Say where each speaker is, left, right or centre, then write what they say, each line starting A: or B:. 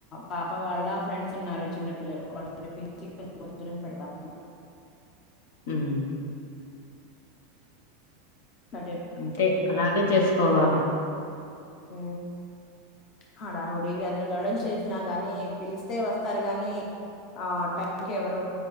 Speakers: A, on the left; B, on the left.
A: పాప వాళ్ళ ఫ్రెండ్స్ ఉన్నారు చిన్న పిల్లలు వాళ్ళని పిలిచి భోజనం పెడదాం
B: మ్మ్
A: అటు-
B: అంతే అలాగే చేసుకోవాలా
A: ఆ హడా హుడిగ అన్న గానీ చేసినా గాని పిలిస్తే వస్తారు గాని ఆ టైమ్ కి ఎవరు